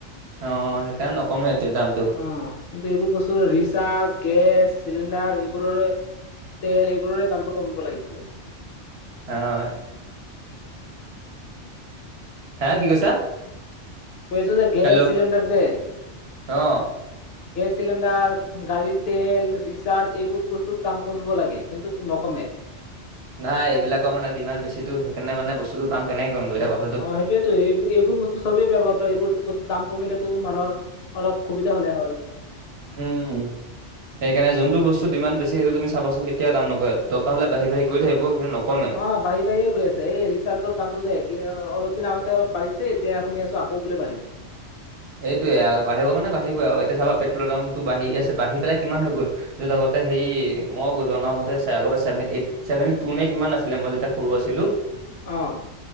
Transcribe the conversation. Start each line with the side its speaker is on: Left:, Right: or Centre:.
Right: অ', সেইকাৰণে নকমে এতিয়া দামটো।
Left: অ', কিন্তু এইবোৰ বস্তুৰ ৰিচাৰ্জ, গেছ চিলিণ্ডাৰ এইবোৰৰে তেল এইবোৰৰে দামটো কমিব লাগিছিলে।
Right: <unintelligible> হে কি কৈছা?
Left: কৈছোঁ যে, গেছ
Right: হেল্ল'
Left: চিলিণ্ডাৰ যে
Right: অ'।
Left: গেছ চিলিণ্ডাৰ, গাড়ীৰ তেল, ৰিচাৰ্জ এইবোৰ বস্তুৰ দাম কমিব লাগে কিন্তু নকমে।
Right: নাই এইবিলাকৰ মানে ডিমাণ্ড বেছিটো, সেইকাৰনে মানে বস্তুটো দাম কেনেকে কৰিম এতিয়া কথা
Left: অ', সেইটোয়েতো এই এইবোৰ বস্তু চবেই ব্যৱহাৰ কৰে, এইবোৰ বস্তু দাম কমিলেতো মানুহৰ অলপ সুবিধা হ'লে হয়।
Right: উম। সেইকাৰনে যোনটো বস্তু ডিমাণ্ড বেছি সেইতো তুমি চাবাচোন কেতিয়াও দাম নকমে। দৰকাৰ হ'লে বাঢ়ি, বাঢ়ি গৈ থাক কিন্তু নকমে।
Left: অ', বাঢ়ি, বাঢ়িয়ে গৈ আছে এই ৰিচাৰ্জৰ দামটো যে এতিয়া অলপ দিন আগতে অলপ বাঢ়িছে, এতিয়া শুনি আছোঁ আকৌ বোলে বাঢ়িব।
Right: এইটোৱে বাঢ়িব মানে বাঢ়িবই আৰু, এতিয়া পেট্ৰ'লৰ দামটো বাঢ়ি আছে, বাঢ়ি পেলাই কিমান হৈ গ'ল। য'ত আগতে হেৰি মই জনা মতে, আগতে চেভে এইট চছেভেনটি টু নে কিমান আছিলে, মই যেতিয়া সৰু আছিলো।
Left: অ'।